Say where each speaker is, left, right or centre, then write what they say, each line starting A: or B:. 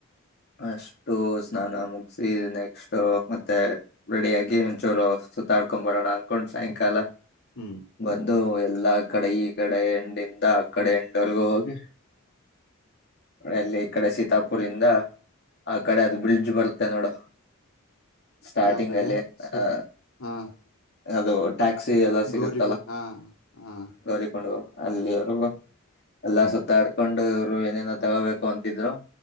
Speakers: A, on the left; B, on the left.
A: ಅಷ್ಟು ಸ್ನಾನ ಮುಗಸಿ ನೆಕ್ಸ್ಟ್ ಮತ್ತೆ ರೆಡಿಯಾಗಿ, ಒಂಚುರು ಸುತ್ತಾಡ್ಕೊಂಡ್ ಬರೋಣ ಅನ್ಕೊಂಡ್, ಸಾಯಂಕಾಲ
B: ಹ್ಮ್
A: ಬಂದು ಎಲ್ಲಾ ಕಡೆ ಈ ಕಡೆ ಹೆಂಡಿಂದ ಆ ಕಡೆ ಎಂಡವರ್ಗೂ ಹೋಗಿ ಎಲ್ಲಿ ಈ ಕಡೆ ಸೀತಾಪುರ್ ಇಂದ ಆ ಕಡೆ ಅದು ಬಿಲ್ ಜು ಬರತ್ತೆ ನೋಡು ಸ್ಟಾರ್ಟಿಂಗ್
B: ಯಾವ ಕಡೆ
A: ಅಲ್ಲಿ
B: ಸು
A: ಆ
B: ಹಾ
A: ಅದು ಟ್ಯಾಕ್ಸಿ ಎಲ್ಲ ಸಿಗುತ್ತಲ್ಲ
B: ಗೌರಿಗುಂಟ್ ಹಾ ಹಾ
A: ಗೌರಿಕೊಂಡು ಹೋಗ ಅಲ್ಲಿವಗ ಎಲ್ಲಾ
B: ಹ್ಮ್
A: ಸುತ್ತಾಡ್ಕೊಂಡ <unintelligible> ಏನೇನ ತಗೋಬೇಕು ಅಂತಿದ್ರು